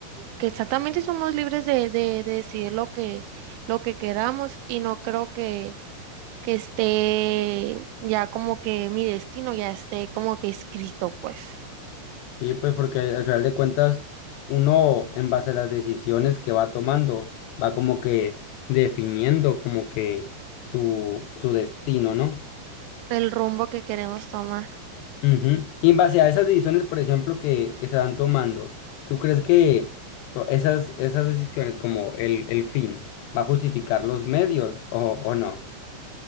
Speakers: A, on the right; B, on the left.
A: que exactamente somos libres de, de, de decidir lo que, lo que queramos y no creo que, que esté ya como que mi destino ya esté como que escrito, pues,
B: Sí, pues porque al final de cuentas uno en base a las decisiones que va tomando va como que definiendo como que su, su destino, ¿no?
A: el rumbo que queremos tomar.
B: Ujú. Y en base a esas decisiones, por ejemplo, que, que se van tomando, ¿tú crees que to- esas, esas decisiones como el, el fin va a justificar los medios o, o no?